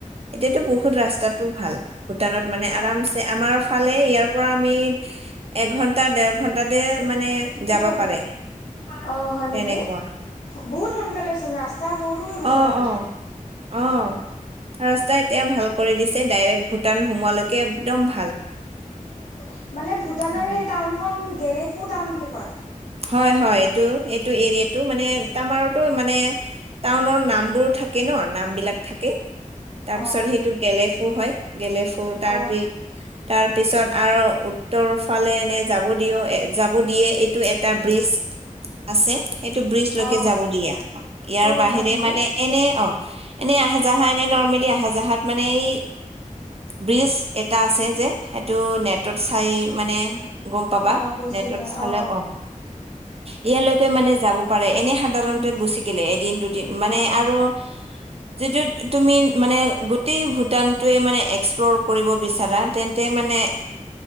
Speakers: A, on the right; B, on the left.
A: এতিয়াতো বহুত ৰাস্তাত তো ভাল। ভূটানত মানে আৰামছে
B: অ
A: আমাৰ ফালে ইয়াৰ পৰা আমি এঘন্টা দেৰ ঘন্টাতে মানে
B: এই
A: যাব
B: থৈ দিছো
A: পাৰে।
B: অ হয়
A: তেনেকুৱা
B: নেকি? বহুত সোনকালে চোন ৰাস্তা সৰু গৈছে
A: অঁ
B: তাৰমানে
A: অঁ অঁ ৰাস্তা এতিয়া ভাল কৰি দিছে। ডাইৰেক্ট ভূটান সোমোৱালৈকে একদম ভাল
B: মানে, ভূটানৰ
A: উম
B: সেই টাউনখন গলেকু টাউন বুলি কয়।
A: হয় হয় এইটো, এইটো এৰিয়াটো মানে তমাৰতো মানে টাউনৰ নামবোৰ থাকে ন, নাম বিলাক থাকে। তাৰপিছত
B: অ
A: সেইটো গেলেফু হয়। গলেফু,
B: অ
A: তাৰপি তাৰ পিছত আৰু উত্তৰ ফালে এনে যাব দিও এ যাব দিয়ে এইটো এ এটা ব্ৰিজ আছে। ‌ সেইটো ব্ৰীজ লৈকে
B: অ
A: যাব দিয়ে ইয়াৰ
B: অ
A: বাহিৰে
B: হয় নেকি
A: মানে এনেই অঁ, এনে আহ যাহা এনেই নৰ্মেলি আহজাহাত মানে এই ব্ৰিজ এটা আছে যে, সেইটো নেটত চাই মানে গম পাবা।
B: অ গৈছিলে
A: নেটত চালে
B: অ
A: অঁ ইয়ালৈকে মানে যাব পাৰে, এনেই সাধাৰণতে
B: উম
A: গুচি গলে এদিন দুদিন মানে
B: অ
A: আৰু
B: <unintelligible>
A: যিটো তুমি মানে গোটেই ভূটানটোৱে মানে এক্সপ্লৰ কৰিব বিচাৰা, তেন্তে মানে